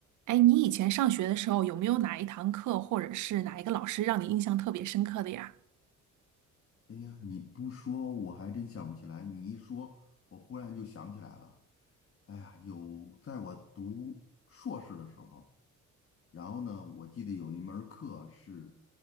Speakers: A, on the right; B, on the left.
A: 哎，你以前上学的时候有没有哪一堂课或者是哪一个老师让你印象特别深刻的呀？
B: 哎呀，你不说我还真想不起来，你一说，我忽然就想起来了。哎呀，有在我读硕士的时候，然后呢，我记得有一门儿课是，